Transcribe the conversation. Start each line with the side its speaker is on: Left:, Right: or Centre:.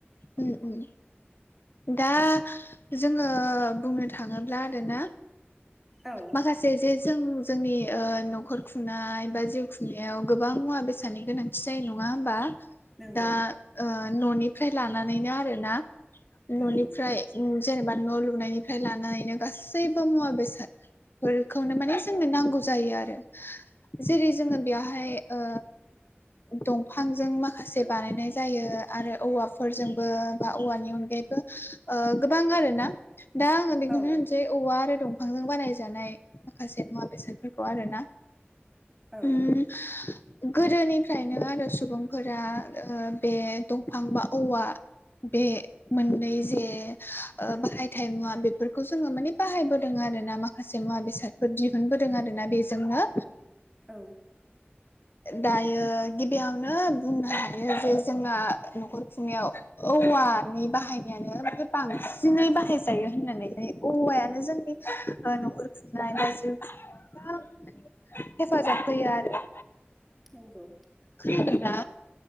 Left: उम उम दा जोङो बुंनो थाङोब्ला आरोना
Centre: औ
Left: माखासे जे जे जों जोंनि ओ न'खर खुंनाय बा जिउ खुंनायाव गोबां मुवा बेसादनि गोनां थि जायो नङा होमबा
Centre: नंगौ
Left: दा ओ न'निफ्राय लानानैनो आरोना
Centre: नों
Left: न'निफ्राय जेनेबा न' लुनायनिफ्राय लानानैनो गासैबो मुवा बेसाद फोरखौनो माने जोंनो नांगौ जायो आरो जेरै जोङो बेयावहाय ओ दंफांजों माखासे बानायनाय जायो आरो औवाफोरजोंबो बा औवानि अनगायैबो ओ गोबां आरोना दा आ बेखौनो
Centre: औ
Left: होन सै औवा आरो दंफांजों बानायजानाय माखासे मुवा बेसादफोरखौ आरो ना
Centre: औ
Left: उम गोदोनिफ्रायनो आरो सुबुंफोरा ओ बे दंफां बा औवा बे मोननै जे ओ बाहायथाय मुवा बेफोरखौ जोङो माने बाहायबोदों आरो ना मा खासे मुवा बेसादफोर दिहुनबोदों आरो ना बेजोंनो
Centre: औ
Left: दायो गिबियावनो बुंनो हायो जे जोंना न'खर खुंनायाव औवानि बाहायनायानो माने बांसिन बांसिनै बाहायजायो होननानैहाय औवायानो जोंनि न'खर खुंनाय बा जिउ खुंनाय गोबां हेफाजाब होयो आरो
Centre: नंगौ
Left: खोनादों ना